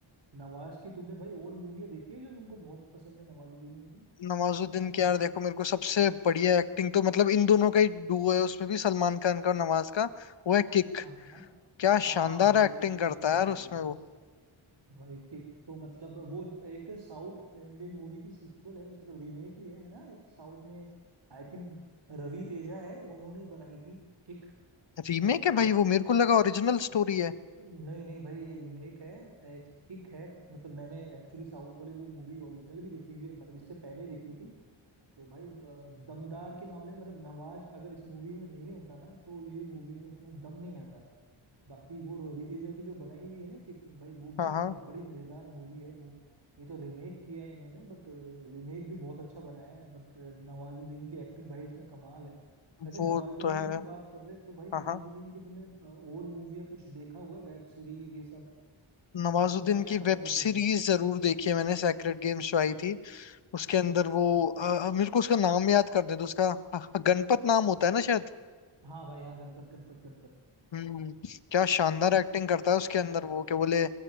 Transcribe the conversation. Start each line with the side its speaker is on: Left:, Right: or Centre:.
Right: नवाज की तुमने भाई और मूवियाँ देखी है जो तुमको बहुत पसंद है नवाजुद्दीन की
Left: नवाजुद्दीन के यार देखो मेरे को सबसे बढ़िया एक्टिंग तो मतलब इन दोनों का ही डुओ है उसमें भी सलमान खान का और नवाज का वो है किक
Right: हाँ
Left: क्या
Right: हाँ
Left: शानदार
Right: भाई
Left: एक्टिंग
Right: किक
Left: करता
Right: किक
Left: है
Right: हाँ
Left: यार उसमें वो
Right: भाई किक तो मतलब वो एक साउथ इंडियन मूवी की सीक्वल है वैसे मतलब रीमेक ही है है ना एक साउथ में आई थिंक रवि तेजा है उन्होंने बनाई थी किक
Left: रीमेक
Right: और
Left: है भाई वो मेरे को लगा ओरिजिनल स्टोरी है
Right: नहीं नहीं भाई ये रीमेक है एक किक है मतलब मैंने एक्चुअली साउथ वाली वो मूवी ओरिजिनल भी देखी हुई है मतलब इससे पहले देखी थी तो भाई अ, दमदार के मामले में मतलब नवाज अगर इस मूवी में नहीं होता ना तो ये मूवी में इतना दम नहीं आता बाकी वो रवि तेजा की जो बनाई हुई है ना किक भाई वो भी
Left: हाँ
Right: मतलब
Left: हाँ
Right: बड़ी मजेदार मूवी है वो ये तो रीमेक किया है इन्होंने बट रीमेक भी बहुत अच्छा बनाया है बट नवाजुद्दीन की एक्टिंग भाई इसमें कमाल है वैसे
Left: वो
Right: नवाजुद्दीन
Left: तो है
Right: की बात कर रहे हैं तो
Left: हाँ
Right: भाई नवाजुद्दीन
Left: हाँ
Right: की तुमने अ, और मूवी या कुछ देखा हुआ है वेब सीरीज ये सब
Left: नवाजुद्दीन
Right: कौन सा क्या
Left: की
Right: पसंद
Left: वेब
Right: है तुम्हें
Left: सीरीज जरूर देखी है मैंने सेक्रेड गेम्स जो आई थी उसके अंदर वो अ, मेरे को उसका नाम याद कर दे तो उसका अ, गणपत नाम होता है ना शायद
Right: हाँ भाई हाँ गणपत गणपत गणपत
Left: हम्म क्या शानदार एक्टिंग करता है उसके अंदर वो कि बोले